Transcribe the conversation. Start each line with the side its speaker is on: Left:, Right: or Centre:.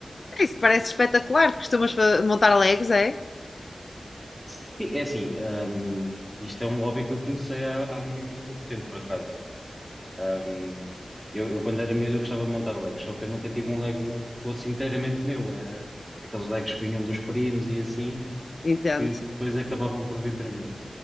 Left: É Isso parece espetacular, porque costumas fa- montar Legos, é?
Centre: Sim, é assim, hum, isto é um hobby que eu comecei há, há muito pouco tempo, por acaso. Um, eu, eu, quando era miúdo, eu gostava de montar Legos, só que eu nunca tive um Lego que fosse inteiramente meu. Era aqueles Legos que vinham dos primos e assim,
Left: Entendo.
Centre: que, que depois acabavam por vir para mim.